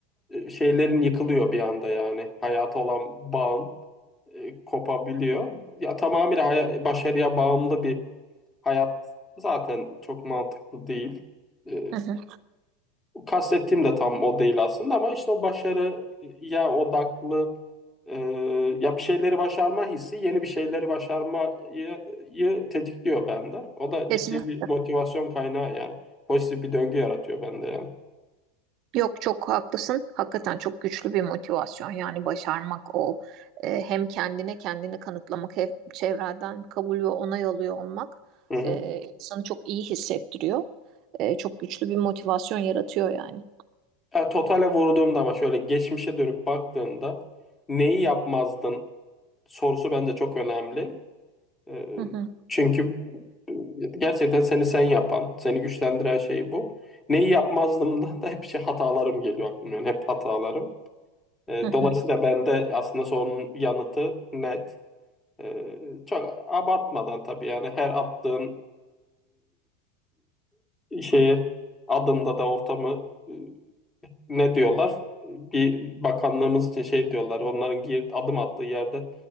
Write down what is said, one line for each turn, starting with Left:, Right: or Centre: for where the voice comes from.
Left: e, şeylerin yıkılıyor bir anda yani. Hayata olan bağın e, kopabiliyor. Ya tamamıyla haya- başarıya bağımlı bir hayat zaten çok mantıklı değil. E,
Right: hı hı.
Left: kastettiğim de tam o değil aslında ama işte o başarıya odaklı e, ya bir şeyleri başarma hissi yeni bir şeyleri başarmayı yı tetikliyor bende. O da
Right: Kesin.
Left: ciddi bir motivasyon kaynağı yani. Pozitif bir döngü yaratıyor bende yani.
Right: Yok çok haklısın. Hakikaten çok güçlü bir motivasyon. Yani başarmak o. e, hem kendine kendini kanıtlamak hem çevreden kabul ve onay alıyor olmak
Left: Hı hı.
Right: e, insanı çok iyi hissettiriyor. E, çok güçlü bir motivasyon yaratıyor yani.
Left: Ya totale vurduğumda ama şöyle geçmişe dönüp baktığında neyi yapmazdın sorusu bence çok önemli. Ee,
Right: Hı hı,
Left: çünkü e, gerçekten seni sen yapan, seni güçlendiren şey bu. Neyi yapmazdım da, <laughs> da hep şey hatalarım geliyor aklıma. yani hep hatalarım. Ee,
Right: hı hı,
Left: dolayısıyla bende aslında sorunun yanıtı net. Ee, çok abartmadan tabii yani her attığın e, şeye adımda da ortamı e, ne diyorlar? Bir bakanlığımız için şey diyorlar. Onların gir, adım attığı yerde